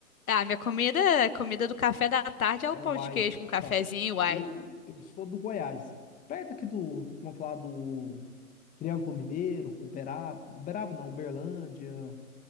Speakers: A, on the left (about 70°); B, on the left (about 20°).
A: Ah, minha comida, a comida do café da tarde é
B: É
A: o pão
B: o uai.
A: de queijo
B: <laughs>
A: com cafezinho,
B: Ah,
A: uai.
B: Eu, eu sou do Goiás. Perto aqui do. Vamos falar do Triângulo Mineiro, Uberaba. Uberaba não, Uberlândia.